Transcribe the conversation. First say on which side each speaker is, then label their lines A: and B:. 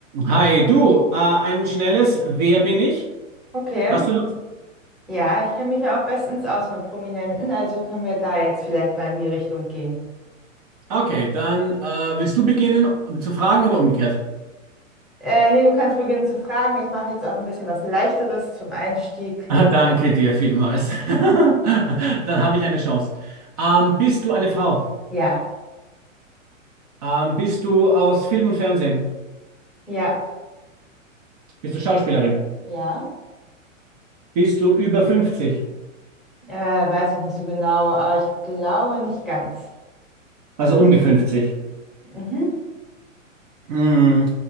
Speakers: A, on the right; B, in the centre.
A: Hi, du, äh, ein schnelles Wer bin ich?
B: Okay.
A: Hast du Lust?
B: Ja, ich kenne mich ja auch bestens aus mit Prominenten, also können wir da jetzt vielleicht mal in die Richtung gehen.
A: Okay, dann äh, willst du beginnen um zu fragen oder umgekehrt?
B: Äh, nee, du kannst beginnen zu fragen. Ich mache jetzt auch ein bisschen was Leichteres zum Einstieg.
A: Ah, danke dir vielmals. <laughs> Dann habe ich eine Chance. Ähm, bist du eine Frau?
B: Ja,
A: Ähm, bist du aus Film und Fernsehen?
B: ja,
A: Bist du Schauspielerin?
B: ja.
A: Bist du über fünfzig?
B: Äh, weiß ich nicht so genau, aber ich glaube nicht ganz.
A: Also um die 50?
B: Mhm.
A: Hm.